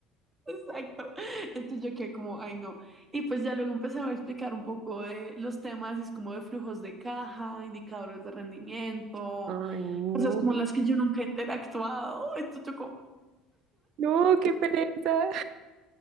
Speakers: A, on the right; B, on the right.
A: Exacto. Entonces yo quedé como, ay no. Y pues ya luego empezaron a explicar un poco de los temas, y es como de flujos de caja, indicadores de rendimiento,
B: Ay, no.
A: cosas como las que yo nunca he interactuado. <laughs> Entonces, yo como-
B: No, qué pereza.